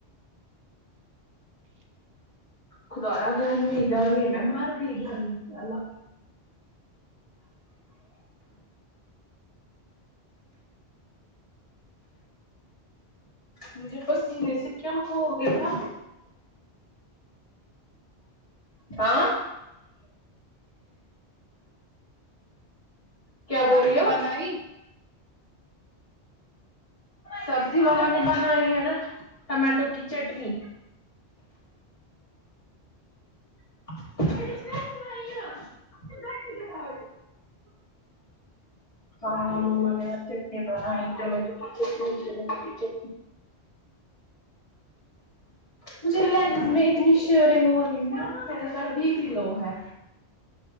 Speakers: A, on the right; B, on the left.
A: <inaudible>
B: خدا گرمی گرمی میں مر گئی گرمی اللہ مجھے پسینے سے کیا ہو گیا تھا ہاں کیا بول
A: سبزی
B: رہی ہو
A: بنائی
B: سبزی بنا بنائی ہے نا ٹماٹو کی چٹنی <unintelligible> ہاں ہم نے آج چٹنی بنائی ٹماٹو کی چٹنی ٹماٹو کی چٹنی مجھے لینس میں اتنی شیورنگ ہو گئی نا میرا اتنا بی پی لو ہے